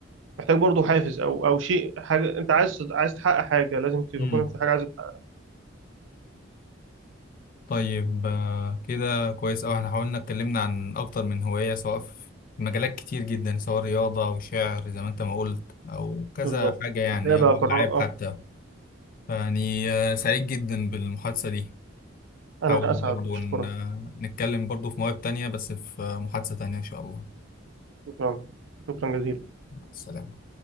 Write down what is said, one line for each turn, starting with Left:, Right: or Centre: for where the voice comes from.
Right: محتاج برضو حافز أو أو شيء حاجة أنت عايز عايز تحقق حاجة لازم تكون
Left: امم
Right: في حاجة عايز تحققها
Left: طيب آه، كده كويس أوي احنا حاولنا اتكلمنا عن أكتر من هواية سواء في مجالات كتير جدا سواء رياضة أو شعر زي ما أنت ما قلت أو كذا
Right: بالظبط
Left: حاجة يعني
Right: كتابة
Left: أو
Right: قراءة
Left: ألعاب حتى يعني آه، سعيد جدا بالمحادثة دي
Right: أنا
Left: حاول
Right: أسعد
Left: برضو
Right: أشكرك
Left: ن- آه، نتكلم برضو في مواهب تانية بس في آه، محادثة تانية إن شاء الله
Right: شكرا شكرا جزيلا
Left: السلام